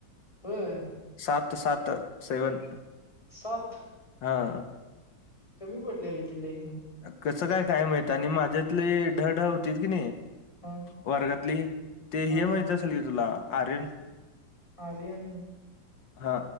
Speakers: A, on the left; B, on the left.
A: होय
B: सात सात सेवन.
A: सात
B: हं
A: कमी पडलेले की लईच म्?
B: कसं काय माहित आणि माझ्यातले ढ ढ होतीत कनी
A: हा
B: वर्गातली ते
A: हा
B: हे
A: हा
B: माहित असेल की तुला आर्यन?
A: आर्यन
B: हा